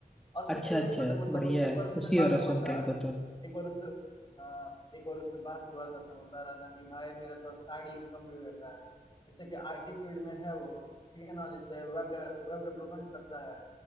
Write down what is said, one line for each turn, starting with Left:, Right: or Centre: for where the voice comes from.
Left: और
Centre: अच्छा
Left: कुछ बत-
Centre: अच्छा है
Left: मतलब
Centre: बढ़िया
Left: एक
Centre: है
Left: बार उससे
Centre: खुशी हो
Left: बात
Centre: रहा
Left: हुआ
Centre: सुन
Left: था
Centre: के हमको तो
Left: एक बार उससे हाँ एक बार उससे बात हुआ था तो बता रहा था कि भाई मेरा तो साइड इनकम भी रहता है जैसे कि आईटी फील्ड में है वो ठीक है ना जैसे वेब वेब डेवलपमेंट करता है